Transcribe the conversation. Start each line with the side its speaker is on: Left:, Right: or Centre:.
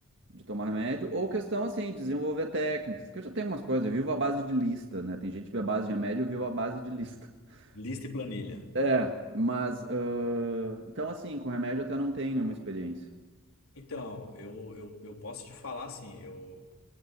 Right: de tomar remédio ou questão, assim, de desenvolver técnicas, que eu já tenho umas coisas. Eu vivo à base de lista, né? Tem gente que vive à base de remédio, eu vivo à base de lista. <laughs>
Left: Lista e planilha.
Right: É, mas. ãh, então, assim, com remédio eu até não tenho nenhuma experiência.
Left: Então, eu, eu, eu posso te falar assim, eu